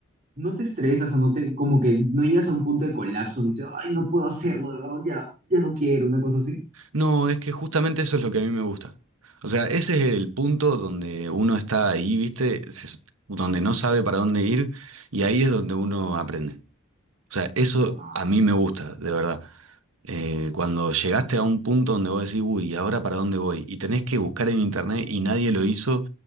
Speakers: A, on the right; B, on the right.
A: no te estresas o no te, como que no llegas a un punto de colapso, y dices, ay, no puedo hacerlo, de verdad, ya, ya no quiero, una cosa así.
B: No, es que justamente eso es lo que a mí me gusta. O sea, ese es el punto donde uno está ahí, ¿viste? Se- Donde no sabe para dónde ir y ahí es donde uno aprende. O sea, eso
A: Wow,
B: a mí me gusta, de verdad. Eh, cuando llegaste a un punto donde vos decís, uy, ¿y ahora para dónde voy? Y tenés que buscar en internet y nadie lo hizo